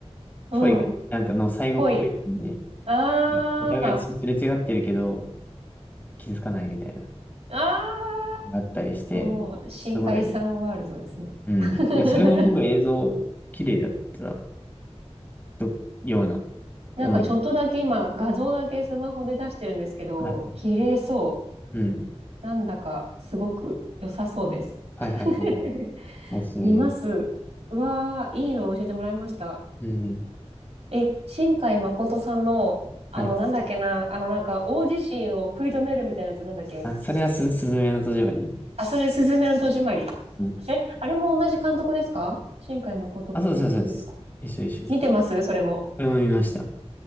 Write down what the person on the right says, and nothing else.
うん。
ぽい。あー。
あー。
ここはもう深海さんワールドですね。
<laughs>
なんかちょっとだけ今画像だけスマホで出してるんですけど、
綺麗そ
う。なんだかすごく良さそうです。
<laughs>
見ます。うわー、いいの教えてもらいました。
え、新海誠さんの、あの、
なんだっけな、あの、なんか、大地震を食い止めるみたいなやつ、なんだっけ。
す、
あ、それ、すずめの戸締まり。
え、あれも同じ監督ですか新海誠監督ですか
見てますそれも。